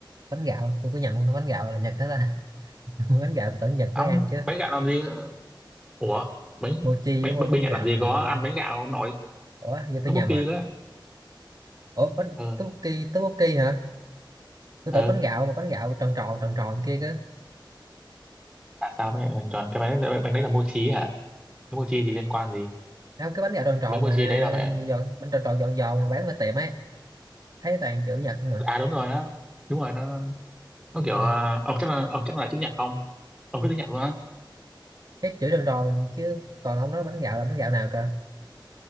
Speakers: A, on the right; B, in the centre.
A: bánh gạo tôi có nhầm không ta, bánh gạo là Nhật hết ta <laughs> bánh gạo tôi tưởng Nhật
B: ông
A: mới ăn chứ
B: bánh gạo làm gì ủa bánh
A: mochi
B: bánh
A: đúng không
B: bánh
A: bánh
B: bánh Nhật
A: gạo
B: làm gì
A: là
B: có ăn bánh gạo ông nội
A: ủa giờ tôi
B: có bất
A: nhầm
B: kỳ
A: à
B: đó
A: ủa bánh
B: ừ.
A: tteokbokki tteokbokki hả tôi
B: ừ.
A: tưởng bánh gạo mà bánh gạo tròn tròn tròn tròn kia cơ
B: à sao mày chọn cái bánh đấy, bánh đấy là mochi hả cái mochi thì liên quan gì
A: không cái bánh gạo tròn tròn
B: Bánh mochi
A: mà
B: đấy là phải
A: giòn bánh tròn tròn giòn giòn mà bán ở tiệm ấy thấy toàn chữ Nhật không mà
B: à đúng rồi đó đúng rồi nó nó, nó kiểu
A: à,
B: ờ, ông chắc là ông chắc là chữ nhật không ông biết tiếng Nhật luôn á
A: cái chữ tròn tròn chứ còn ông nói bánh gạo là bánh gạo nào cơ